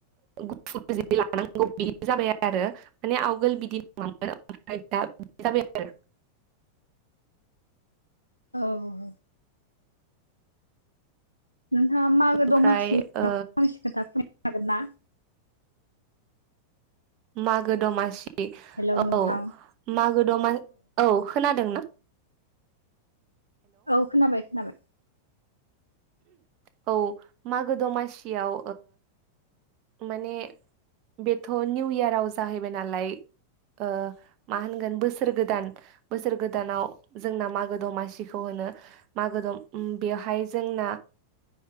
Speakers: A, on the right; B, on the right.
A: गुफुर जि लानांगौ बिनो जाबाय आरो माने आवगोल बिदि नङामोन ओमफ्राय दा बिदि जाबाय आरो <inaudible>
B: औ नोंथाङा मागो
A: ओमफ्राय
B: दमासि
A: ओ
B: <unintelligible> हागोन ना
A: मागो दमासि
B: हेलौ
A: औ
B: नोंथां
A: मागो दमा औ खोनादों ना?
B: औ खोनाबाय खोनाबाय
A: औ मागो दमासियाव माने बेथ' निउ इयाराव जाहैबाय नालाय ओ मा होनगोन बोसोर गोदान बोसोर गोदानाव जोंना मागो दमासिखौ होन नो मागो दम बेवहाय जोंना